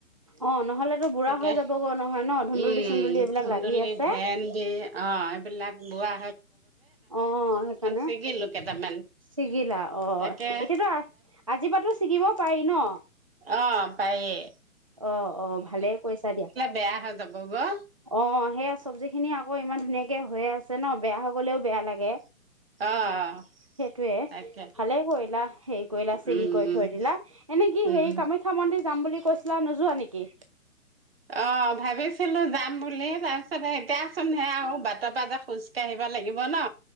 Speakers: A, on the right; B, on the right.
A: অ', নহ'লেতো বুঢ়া
B: তাকে,
A: হৈ যাবগৈ নহয় ন ধুন্দুলি
B: উম!
A: চুন্দুলি এইবিলাক
B: ধুন্দুলী,
A: লাগি আছে।
B: ভেণ্ডি, অ' এইবিলাক ৰুৱা।
A: আহ, সেইকাৰণে।
B: ছিগিলো কেইটামান
A: ছিগিলা? অ'
B: তাকে
A: এতিয়াতো আজিৰ পৰাতো ছিগিব পাৰি ন।
B: অ' পাৰিয়ে।
A: অ' অ' ভালেই কৰিছা দিয়া।
B: বেয়া হৈ যাব গৈ
A: অ' সেইয়া চব্জি খিনিয়ে আ আকৌ ইমান ধুনীয়াকে হৈয়ে আছে ন, বেয়া হয় গলেও বেয়া লাগে।
B: অ'।
A: সেইটোয়ে
B: তাকে
A: ভালে কৰিলা, হেৰি কৰিলা ছিগি
B: উম
A: কৰি
B: উম
A: থৈ দিলা। এনে কি
B: উম
A: হেৰি কামাখ্যা মন্দিৰ যাম বুলি কৈছিলা, নোযোৱা নেকি?
B: অ' ভাবিছিলো যাম বুলি, তাৰপিছত এটিয়াচোন <unintelligible> তাৰপা যে খোজকাঢ়িব লাগিব ন।